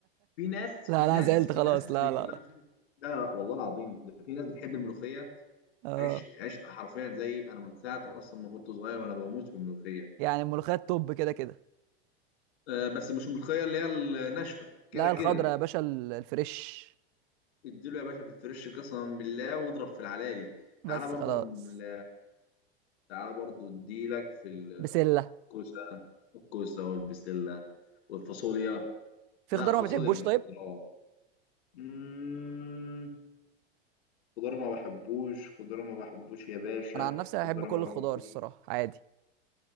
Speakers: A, on the left (about 80°); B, on the right (about 55°).
A: في ناس
B: لا
A: في
B: لا
A: ناس
B: زعلت
A: في
B: خلاص
A: ناس
B: لا
A: بيتكلموا
B: لا لا
A: في الحتة- لا لا والله العظيم ده في ناس بتحب الملوخيه
B: اه
A: عيش عيش حرفيا زي انا من ساعه اصلا ما كنت صغير وانا بموت في الملوخيه
B: يعني الملوخيه التوب كده كده
A: آه بس مش الملوخيه اللي هي الناشفه كده
B: لا
A: كده
B: الخضره يا باشا ال- الفريش
A: اديله يا باشا في الفريش قسما بالله واضرب في العلالي
B: بس
A: تعالى برضو
B: خلاص
A: ال- تعالى برضو اديلك في
B: بسله
A: الكوسه الكوسه والبسله والفاصوليا
B: في
A: لا
B: خضار
A: فاصوليا
B: ما بتحبوش
A: مش
B: طيب
A: خضروات مم، خضار ما بحبوش خضار ما بحبوش يا باشا
B: انا عن نفسي
A: خضار
B: بحب كل
A: ما
B: الخضار
A: بحبوش
B: الصراحه عادي